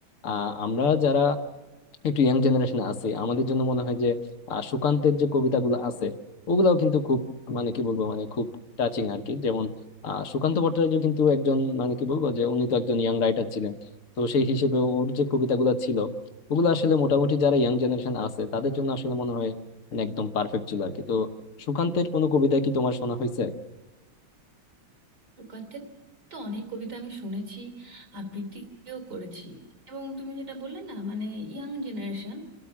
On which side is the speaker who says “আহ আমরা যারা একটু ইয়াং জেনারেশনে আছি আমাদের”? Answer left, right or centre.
Left